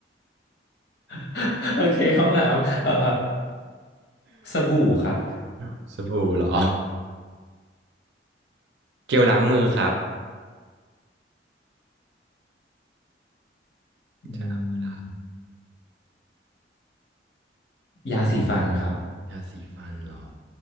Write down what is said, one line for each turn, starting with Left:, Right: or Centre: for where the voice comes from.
Left: <laughs> โอเคห้องน้ำเอ่อสบู่ครับ
Right: <laughs> สบู่เหรอ <laughs> เจลล้างมือครับ
Left: อื
Right: เจลล้างมือละ
Left: มยาสีฟันครับ
Right: ยาสีฟันเหรอ